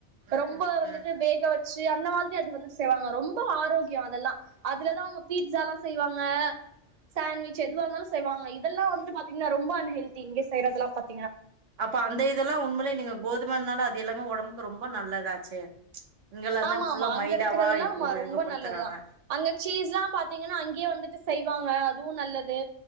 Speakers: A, on the right (about 80°); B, on the right (about 40°).
A: ம்
B: ரொம்ப வந்துட்டு
A: ம்
B: வேக வச்சு சி அந்த மாதிரி அது வந்து செய்வாக ரொம்பொ ஆரோக்யொ அதெல்லா அதுலதா அவங்க பீட்ஸாலா செய்வாங்க சேண்ட்விச் எதுவா இருந்தாலு செய்வாங்க இதெல்லாம் வந்துட்டு பாத்திங்னா ரொம்ப அன்ஹெல்தி இங்க செய்யறதுலா பாத்
A: அப்ப அந்த இதெல்லா உண்மலே நீங்க கோது மனால அது எல்லாமே ஒடம்புக்கு ரொம்ப நல்லதாச்சே இங்கெல்லா
B: ஆமா
A: தா ஃபுல்லா
B: ஆமா அங்க
A: மைதாவா
B: இருக்றதெல்லா ஆமா
A: உபயோகப்படுத்துறாங்க
B: ரொம்ப நல்லதுதா அங்க சீஸ்லா பாத்திங்கனா அங்யே வந்துட்டு செய்வாங்க அதுவு நல்லது